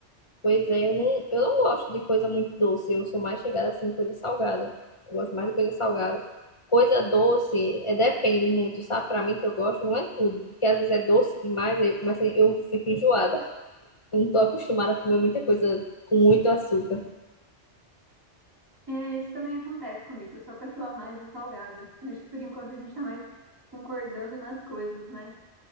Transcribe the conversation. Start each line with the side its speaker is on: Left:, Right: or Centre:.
Left: Pois é, eu não, eu não gosto de coisa muito doce. Eu sou mais chegada assim, coisa salgada. Eu gosto mais de coisa salgada. Coisa doce, é, depende muito, sabe? Pra mim que eu gosto, não é tudo. Porque às vezes é doce demais, aí eu, começo, a- eu fico enjoada. Eu não tô acostumada a comer muita coisa com muito açúcar.
Right: É, isso também acontece comigo. Eu sou a pessoa mais no salgado. Eu acho que por enquanto a gente está mais concordando nas coisas, né?